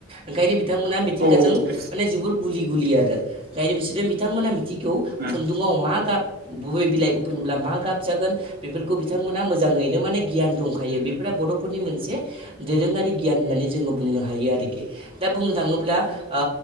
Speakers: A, on the right (about 25°); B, on the right (about 50°).
A: ओंखायनो बिथांमोनहा मिथिंगाजों
B: औ येस
A: माने जोबोर गुलि गुलि आरो। ओंखायनो बिसोरो बिथांमोना मिथिगौ
B: उम
A: खुन्दुंआव मा गाब बबे बिलाइखौ फुनोब्ला मा गाब जागोन बेफोरखौ बिथांमोनहा मोजाङैनो माने गियान दंखायो बेफोर बर'फोरनि मोनसे दोरोङारि गियान होननानै जोङो बुंनो हायो आरोखि दा बुंनो थाङोब्ला ओ